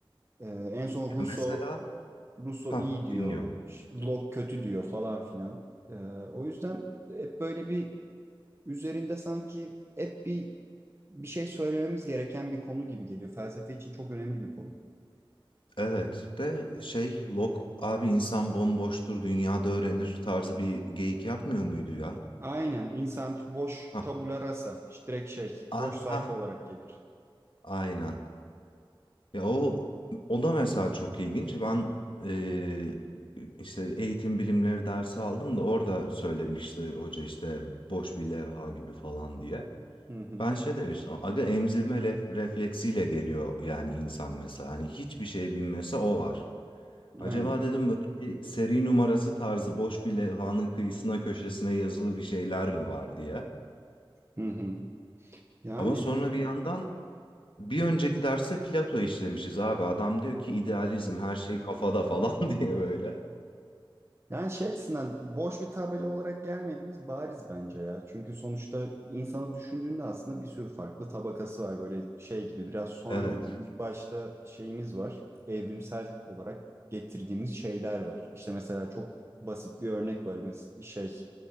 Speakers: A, on the right; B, on the left.
A: Ee, en son
B: Ya
A: Rousseau,
B: mesela
A: Rousseau
B: ha
A: iyi diyor,
B: dinliyorum.
A: işte, Locke kötü diyor falan filan. Ee, o yüzden hep böyle bir üzerinde sanki hep bir bir şey söylememiz gereken bir konu gibi geliyor. Felsefe için çok önemli bir konu.
B: Evet de şey Locke abi insan bomboştur dünyada öğrenir tarzı bir geyik yapmıyor muydu ya?
A: Aynen insan boş
B: Ha
A: tabula rasa, işte direkt şey
B: ah
A: boş sayfa
B: ah
A: olarak gelir.
B: aynen. Ya o o da mesela çok ilginç. Ben eee, işte eğitim bilimleri dersi aldım da orada söylemişti hoca işte boş bir levha gibi falan diye.
A: Hı hı.
B: Ben şey demiştim aga emzirme ref- refleksiyle geliyor yani insan mesela hani hiçbir şey bilmese o var. Acaba
A: Aynen.
B: dedim böyle bir seri numarası tarzı boş bir levhanın kıyısına köşesine yazılı bir şeyler mi var diye.
A: Hı hı. Yani
B: Ama sonra bir yandan bir önceki derste Plato işlemişiz abi. Adam diyor ki idealizm her şey kafada falan <laughs> diye böyle.
A: Yani şey açısından boş bir tabela olarak gelmediğimiz bariz bence ya. Çünkü sonuçta insanı düşündüğünde aslında bir sürü farklı tabakası var. Böyle şey gibi biraz soğan
B: Evet.
A: gibi. ilk başta şeyimiz var. Evrimsel olarak getirdiğimiz şeyler var. İşte mesela çok basit bir örnek var. Mesela şey